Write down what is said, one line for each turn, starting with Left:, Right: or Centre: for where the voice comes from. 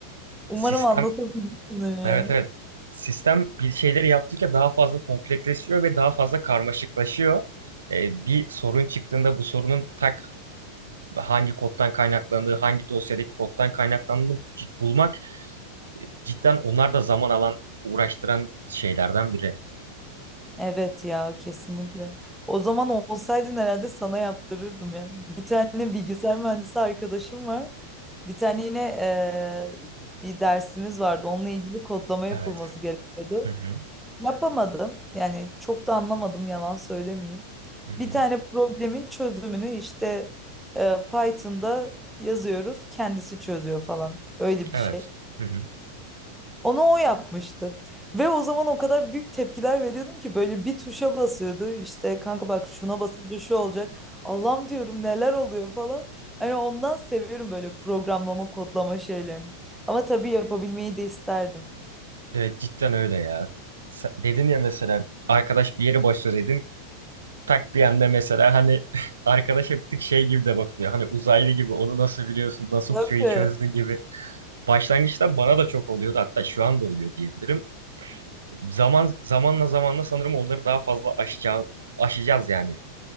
Centre: Umarım
Right: Sistem
Centre: anlatabilmişimdir yani.
Right: Evet evet. Sistem bir şeyleri yaptıkça daha fazla kompleksleşiyor ve daha fazla karmaşıklaşıyor. Ee, bir sorun çıktığında bu sorunun tak hangi koddan kaynaklandığı, hangi dosyadaki koddan kaynaklandığını cid- bulmak e, cidden onlar da zaman alan, uğraştıran şeylerden biri.
Centre: Evet ya kesinlikle. O zaman olsaydın herhalde sana yaptırırdım yani. Bir tane bilgisayar mühendisi arkadaşım var. Bir tane yine eee, bir dersimiz vardı. Onunla ilgili kodlama yapılması
Right: Evet.
Centre: gerekiyordu.
Right: Hı hı.
Centre: Yapamadım. Yani çok da anlamadım yalan söylemeyeyim.
Right: Hı hı.
Centre: Bir tane problemin çözümünü işte eee, Python'da yazıyoruz. Kendisi çözüyor falan. Öyle bir
Right: Evet.
Centre: şey.
Right: Hı hı.
Centre: Onu o yapmıştı. Ve o zaman o kadar büyük tepkiler veriyordum ki böyle bir tuşa basıyordu. İşte kanka bak şuna basınca şu olacak. Allah'ım diyorum neler oluyor falan. Hani ondan seviyorum böyle programlama, kodlama şeylerini. Ama tabii yapabilmeyi de isterdim.
Right: Evet cidden öyle ya. Sen- Dedin ya mesela arkadaş bir yere başla dedin. tak bir anda mesela hani <laughs> arkadaş bir tık şey gibi de bakıyor. Hani uzaylı gibi onu nasıl biliyorsun, nasıl
Centre: Tabii.
Right: bu şeyi çözdün gibi. Başlangıçta bana da çok oluyordu hatta şu anda oluyor diyebilirim. Zaman zamanla zamanla sanırım onları daha fazla aşacağız, aşacağız yani